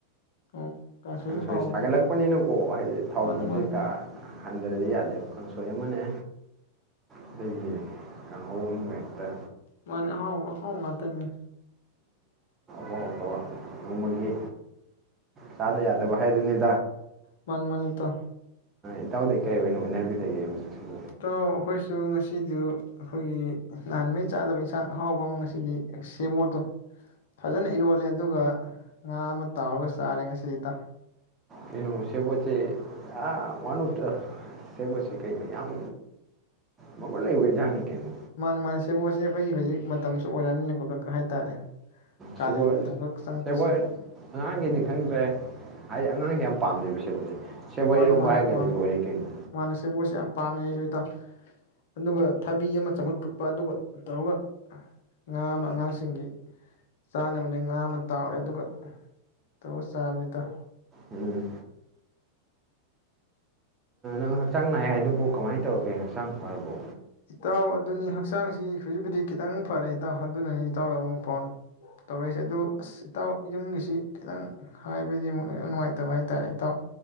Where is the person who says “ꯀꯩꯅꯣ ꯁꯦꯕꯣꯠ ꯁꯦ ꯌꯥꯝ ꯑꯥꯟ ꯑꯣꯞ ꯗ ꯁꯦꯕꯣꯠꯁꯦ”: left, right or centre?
Right